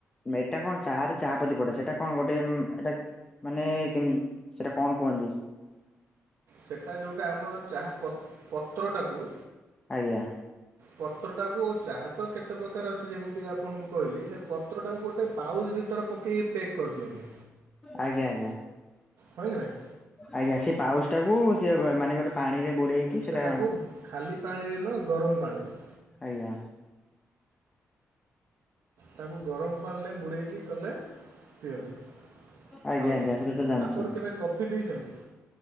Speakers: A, on the left; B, on the right.
A: ସେଇା କଣ ଚା ଚା ପତି ପଡେ ସେଟା କଣ ଗୋଟେ ଏଇଟା ମାନେ କେମତି ସେଟା କଣ କୁହନ୍ତି
B: ସେଟା ଯେଉଁଟା ଆମର ଚାହା ପତ୍ରଟାକୁ
A: ଆଜ୍ଞା
B: ପତ୍ର ଟାକୁ ଚାହା ତ କେତେ ପ୍ରକାର ଅଛି ଯେମିତିକି ଆପଣଙ୍କୁ କହିଲି ସେ ପତ୍ରଟାକୁ ଗୋଟେ ପାଉଚ୍ ଭିତରେ ପକେଇ ପେକ୍ କରିଦିଅନ୍ତି
A: ଆଜ୍ଞା ଆଜ୍ଞା।
B: ହଁ କି ନାହିଁ
A: ଆଜ୍ଞା ସେ ପାଉସ ଟାକୁ ସେ ମାନେ ଗୋଟେ ପାଣିରେ ବୁଡେଇକି ସେଟା
B: ସେଟାକୁ ଖାଲି ପାଣିରେ ନା ଗରମ ପାଣିରେ
A: ଆଜ୍ଞା।
B: ତାକୁ ଗରମ ପାଣି। ବୁଡ଼େଇକି କଲେ ପିଅନ୍ତି।
A: ଆଜ୍ଞା
B: ହଉ
A: ଆଜ୍ଞା ସେଟା ତ ଜାଣିଛି
B: ଆପଣ କେବେ କଫି ପିଇଛନ୍ତି?